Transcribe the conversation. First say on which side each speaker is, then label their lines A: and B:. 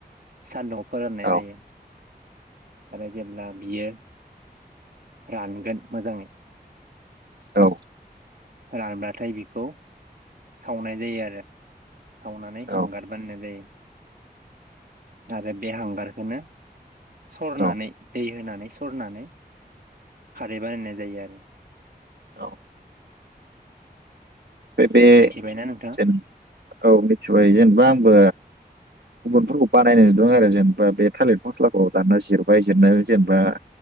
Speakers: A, on the right; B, on the right.
A: सान्दुं फोराननाय
B: औ
A: जायो आरो जेब्ला बियो रानगोन मोजाङै
B: औ
A: रानब्लाथाय बेखौ सावनाय जायो आरो सावनानै हांगार
B: औ
A: बाननाय जायो। आरो बे हांगारखोनो सरनानै
B: औ
A: दै होनानै सरनानै खारै बानायनाय जायो आरो
B: औ बे बे
A: मिथिबायना नोंथाङा
B: जेन औ मिथिबाय जेनेबा आंबो गुबुनफोरखौ बानायनाय नुदों आरो जेनेबा बे थालिर फस्लाखौ दाना जिरबाय जिरनानै जेनेबा